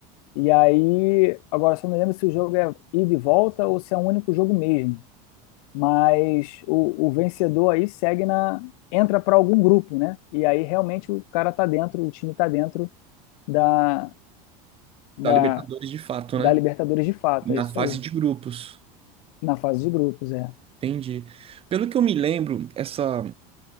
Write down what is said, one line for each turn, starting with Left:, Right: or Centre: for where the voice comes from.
Left: E aí, agora só não lembro se o jogo é ida e volta ou se é um único jogo mesmo. Mas o, o vencedor aí segue na, entra para algum grupo, né? E aí realmente o cara tá dentro, o time tá dentro da, da,
Right: Da Libertadores de fato,
Left: da
Right: né?
Left: Libertadores de fato,
Right: Na
Left: é isso
Right: fase
Left: aí.
Right: de grupos.
Left: Na fase de grupos, é.
Right: Entendi. Pelo que eu me lembro, essa